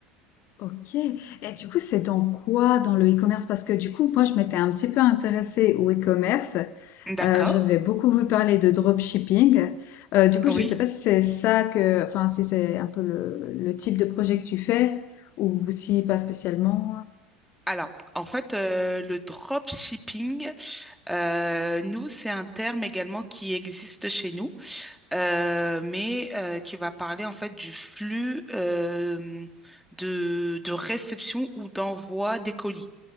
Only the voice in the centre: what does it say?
D'accord.
Oui.
Alors, en fait, euh, le dropshipping, euh, nous, c'est un terme également qui existe chez nous. euh, mais euh, qui va parler en fait du flux euh, de, de réception ou d'envoi des colis.